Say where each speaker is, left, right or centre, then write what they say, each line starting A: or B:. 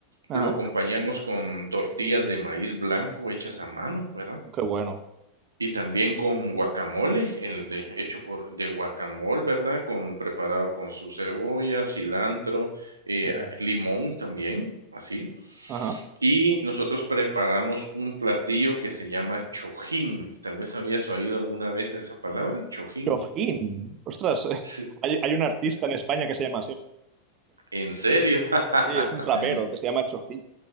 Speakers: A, on the right; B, on the right.
A: Ajá.
B: Lo acompañamos con tortillas de maíz blanco hechas a mano, ¿verdad?
A: Qué bueno.
B: Y también con guacamole, el de hecho por de guacamole, ¿verdad? Con preparado con su cebolla, cilantro, eh,
A: Ya, ya,
B: limón
A: ya.
B: también, así.
A: Ajá.
B: Y nosotros preparamos un platillo que se llama chojín. Tal vez habías oído alguna vez esa palabra, chojín.
A: Chojín. Ostras, <laughs> eh,
B: Sí.
A: hay, hay un artista en España que se llama así.
B: ¿En serio? <laughs>
A: Sí, es un rapero que se llama Chojín.